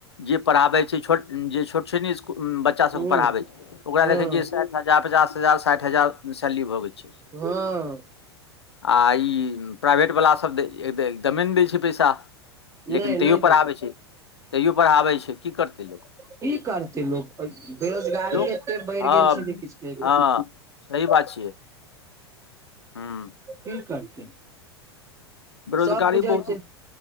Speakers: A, on the left; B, on the right.
A: जे पढ़ाबे छी छोट- जे छोट छीन इस्कू-बच्च बच्चा सबके
B: हुं
A: पढ़ाबै छै। ओकरा
B: हँ
A: देखै छियै साठि हजार, पचास हजार, साठि हजार सैलरी भऽ गेल छै।
B: हुं
A: आ ई प्राइवेट वला सभ <unintelligible> एकदमे नै दै छै पैसा। लेकिन
B: नहि नहि
A: तैयो पढ़ाबै
B: दै
A: छै, तैयो पढ़ाबै छै। कि करतै? लोक
B: कि करतै लोक? <unintelligible> बेरोजगारी
A: लोक
B: एते बढ़ि
A: हँ
B: गेल छै जे किछ कै
A: हँ सही बात छियै। हुं
B: कि करथिन?
A: बेरोजगारी
B: सब बुझै
A: बहुत
B: छै।